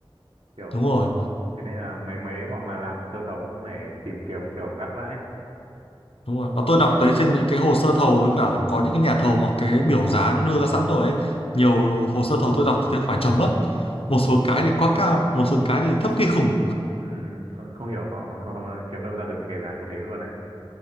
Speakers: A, on the right; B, on the left.
A: kiểu
B: Đúng rồi.
A: thế nên là mấy mấy bọn mà làm hồ sơ thầu cũng phải tìm kiếm kiểu gắt vãi
B: Đúng rồi. Và tôi đọc thấy trên những cái hồ sơ thầu với cả có những cái nhà thầu mà cái biểu giá nó đưa ra sẵn rồi ấy. Nhiều hồ sơ thầu tôi đọc thì thấy hỏi chấm lắm. Một số cái thì quá cao, một số cái thì thấp kinh khủng.
A: Ừm, không không hiểu họ, <laughs> họ kiếm đâu ra được mấy cái giá kiểu thế luôn đấy